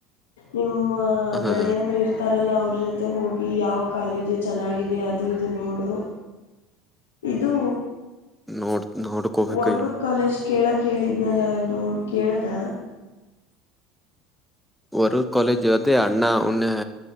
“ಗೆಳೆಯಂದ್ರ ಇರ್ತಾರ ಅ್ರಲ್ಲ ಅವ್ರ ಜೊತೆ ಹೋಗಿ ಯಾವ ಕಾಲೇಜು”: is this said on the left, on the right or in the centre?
Left